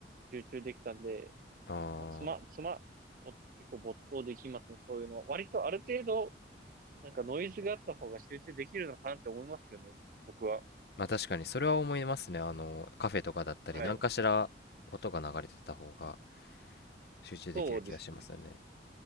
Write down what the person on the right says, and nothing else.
集中できたんで、
まあ、つま、つま、ぼ、結構没頭できますね、そういうの。割とある程度、なんかノイズがあった方が集中できるのかなって思いますよね、僕は。
はい。
そうですね。